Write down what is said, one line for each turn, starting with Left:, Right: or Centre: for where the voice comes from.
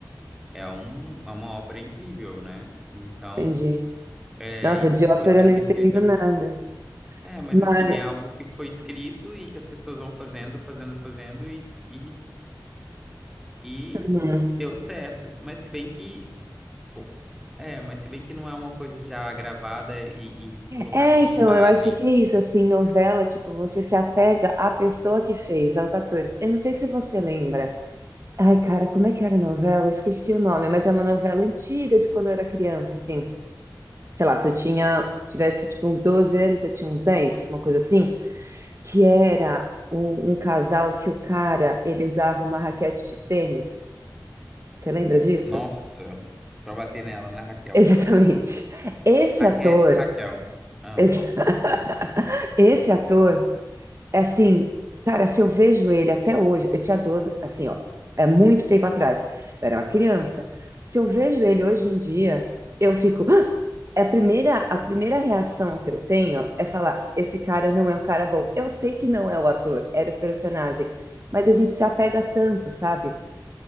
Centre: É, um, é uma ópera incrível, né? Então,
Right: entendi.
Centre: é,
Right: Nossa,
Centre: e,
Right: de
Centre: e
Right: ópera
Centre: foi sendo
Right: eu não
Centre: reescrita.
Right: entendo nada.
Centre: É, mas
Right: Mas,
Centre: assim, é algo que foi escrito e que as pessoas vão fazendo, fazendo, fazendo e, e, e
Right: hum.
Centre: deu certo. Mas se bem que Ou- É, mas se bem que não é uma coisa já gravada e, e colocada
Right: É, então,
Centre: em imagem.
Right: eu acho que é isso, assim, novela, tipo, você se apega à pessoa que fez, aos atores. Eu não sei se você lembra. Ai, cara, como é que era a novela? Eu esqueci o nome, mas é uma novela antiga de quando eu era criança, assim. sei lá, se eu tinha, tivesse tipo uns 12 anos, eu tinha uns dez uma coisa assim, que era um, um casal que o cara, ele usava uma raquete de tênis. Você lembra disso?
Centre: Nossa, pra bater nela, né,
Right: <laughs>
Centre: Raquel?
Right: Exatamente. Esse
Centre: Raquete
Right: ator,
Centre: e Raquel. Ah,
Right: esse, <laughs> esse ator É assim, cara, se eu vejo ele até hoje, eu tinha 12, assim, ó, é muito tempo atrás, eu era uma criança. Se eu vejo ele hoje em dia, eu fico. "Ah!" É a primeira, a primeira reação que eu tenho é falar: esse cara não é um cara bom. Eu sei que não é o ator, era o personagem, mas a gente se apega tanto, sabe?